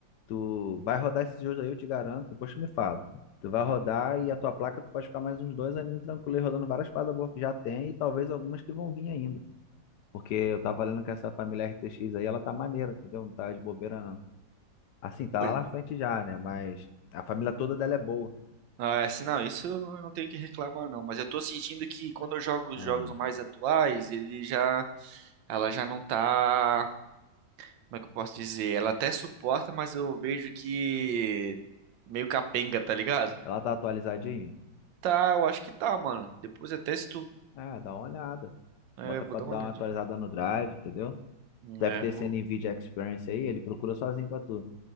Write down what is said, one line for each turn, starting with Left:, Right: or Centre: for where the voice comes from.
Left: tu vai rodar esses jogos aí, eu te garanto, depois tu me fala. Tu vai rodar e a tua placa tu pode ficar mais uns dois aninhos tranquilo aí, rodando várias paradas boas que já tem e talvez algumas que vão vir ainda. Porque eu tava lendo que essa família RTX aí, ela tá maneira, entendeu? Não tá de bobeira, não. Assim, tá
Right: Pois-
Left: lá na frente já, né? Mas a família toda dela é boa.
Right: Ah, é, assim, não, isso eu não tenho que reclamar, não. Mas eu tô sentindo que quando eu jogo os
Left: Ah,
Right: jogos mais atuais, ele já, ela já não tá Como é que eu posso dizer? Ela até suporta, mas eu vejo que meio capenga, tá ligado?
Left: ela tá atualizadinha?
Right: Tá, eu acho que tá, mano. Depois até se tu.
Left: Ah, dá uma olhada.
Right: É,
Left: Bota
Right: vou
Left: pra
Right: dar
Left: dar
Right: uma olhadinha.
Left: uma atualizada no Drive, entendeu? Deve
Right: É,
Left: ter esse
Right: vou.
Left: NVIDIA Experience aí, ele procura sozinho pra tu.